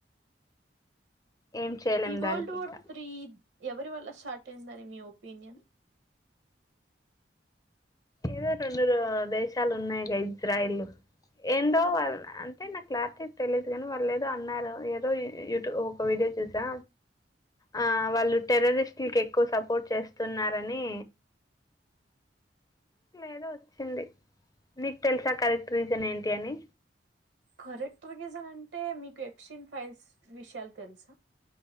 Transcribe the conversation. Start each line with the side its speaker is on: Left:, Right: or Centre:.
Left: ఏం చేయలేం
Right: ఈ వర్ల్డ్
Left: దానికి
Right: వోర్
Left: ఇంకా
Right: త్రీ ఎవరి వల్ల స్టార్ట్ అయిందని మీ ఒపీనియన్
Left: ఏదో రెండు దేశాలు ఉన్నాయి గ ఇజ్రాయిల్ ఏందో అంటే నాకు క్లారిటీ తెలియదు కాని వాళ్ళు ఏదో అన్నారు ఏదో యూట్యూబ్ ఒక వీడియో చూసా ఆ వాళ్ళు టెర్రరిస్ట్లకి ఎక్కువ సపోర్ట్ చేస్తున్నారని ఏదో వచ్చింది నీకు తెలుసా కరెక్ట్ రీజన్ ఏంటి అని
Right: కరెక్ట్ రీసన్ అంటే మీకు ఎక్స్టంన్ ఫైల్స్ విషయాలు తెలుసా